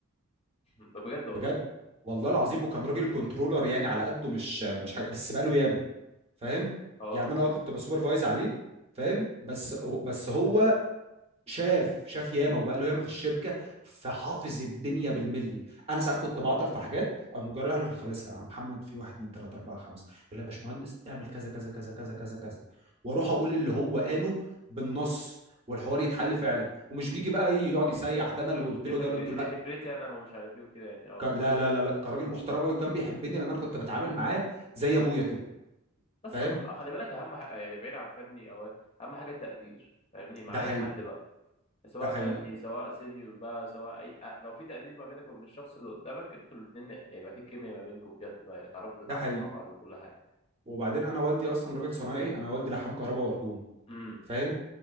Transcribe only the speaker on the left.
<laughs> مم. ده بجد
والله
اه
دي
فكر...
دي
فكرتي انا ومش عارف ايه وكده يعني اه
بس
خ- خلي بالك اهم حاجة يعني بعيد عن فني او اهم حاجه التقدير فاهمني مع
اي
حد بقى سواء
فني سواء سينيور بقى سواء اي أ- لو في تقدير ما بينك وبين الشخص اللي قدامك انتوا الاثنين هيبقى في كيمياء ما بينكم بجد بقى تعرفوا تتعاملوا
مع بعض وكل حاجه
امم